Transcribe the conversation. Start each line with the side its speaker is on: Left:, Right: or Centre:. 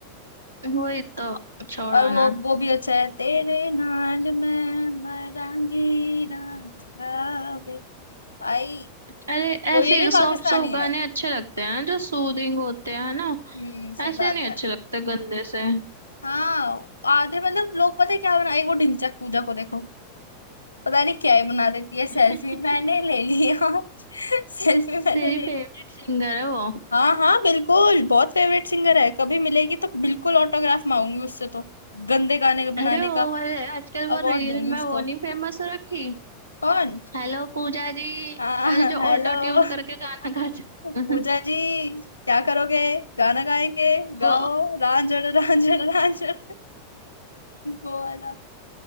Right: वही तो छोड़ो
Left: और वो
Right: ना
Left: वो भी अच्छा है तेरे नाल मैं मरांगी राजा वे भाई
Right: अरे
Left: वो
Right: ऐसे
Left: ये भी
Right: सॉफ्ट
Left: पाकिस्तानी
Right: सॉफ्ट
Left: है
Right: गाने अच्छे लगते हैं ना जो सूदिंग होते हैं ना
Left: हम्म सही
Right: ऐसे
Left: बात
Right: नहीं
Left: है
Right: अच्छे लगते गंदे से
Left: हाँ आधे मतलब लोग पता है क्या बनाए वो ढिंचक पूजा को देखो पता नहीं क्या ही बना देती है सेल्फी
Right: <laughs>
Left: मैंने ले ली आज <laughs> सेल्फी मैंने
Right: तेरी
Left: ले
Right: फेवरेट
Left: ली
Right: सिंगर है वो
Left: हाँ हाँ बिल्कुल बहुत फेवरेट सिंगर है कभी मिलेगी तो बिल्कुल ऑटोग्राफ मांगूंगी उससे तो गंदे गाने बनाने
Right: अरे वो
Left: का
Right: वाले आजकल वो
Left: अवार्ड
Right: रील
Left: दूंगी
Right: में
Left: उसको
Right: वो नहीं फेमस हो रखी
Left: कौन
Right: हेलो पूजा जी
Left: हाँ
Right: अरे
Left: <laughs>
Right: जो
Left: हेलो
Right: ऑटो ट्यून करके गाना गाता
Left: पूजा
Right: <laughs>
Left: जी क्या करोगे गाना गाएंगे
Right: वो
Left: गाओ रांझण रांझण रांझण वो वाला